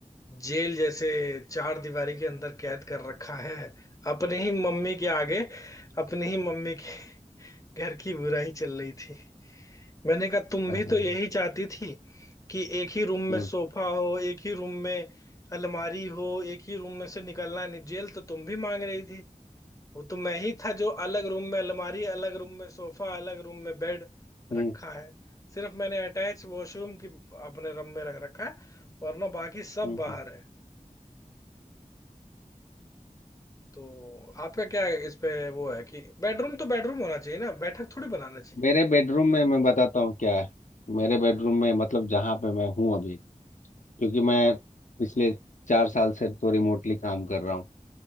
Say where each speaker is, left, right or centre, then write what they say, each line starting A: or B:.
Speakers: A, on the left; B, on the left.
A: जेल जैसे चार दीवारी के अंदर कैद कर रखा है अपने ही मम्मी के आगे अपनी ही मम्मी के घर की बुराई चल रही थी मैंने कहा तुम
B: हाँ,
A: भी
B: हाँ,
A: तो
B: हाँ।
A: यही चाहती थी कि एक ही रूम
B: हम्म
A: में सोफा हो एक ही रूम में अलमारी हो एक ही रूम में से निकलना नहीं जेल तो तुम भी मांग रही थी वो तो मैं ही था जो अलग रूम में अलमारी अलग रूम में सोफा अलग रूम में बेड
B: हम्म
A: रखा है सिर्फ मैंने अटैच वॉशरूम की अपने रूम में रख रखा है वरना बाकी सब
B: हम्म
A: बाहर
B: हम्म।
A: है तो आपका क्या है इस पे वो है कि बेडरूम तो बेडरूम होना चाहिए ना बैठक थोड़ी बनाना चाहिए
B: मेरे बेडरूम में मैं बताता हूँ क्या है मेरे बेडरूम में मतलब जहाँ पे मैं हूँ अभी क्योंकि मैं पिछले चार साल से तो रिमोटली काम कर रहा हूँ